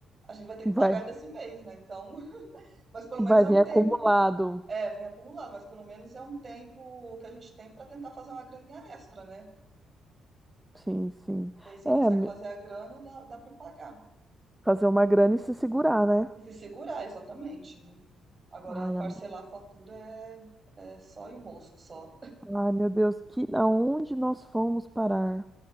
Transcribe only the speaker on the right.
a gente vai ter que pagar
desse mês, né? Então, <laughs> mas pelo
menos é
um tempo.
É, vem acumulado, mas pelo menos é um tempo que a gente tem para tentar fazer uma graninha extra, né?
E aí, se
consegue
fazer a grana, dá, dá para pagar.
E se segurar, exatamente, né? Agora,
parcelar
a fatura é, é só enrosco, só.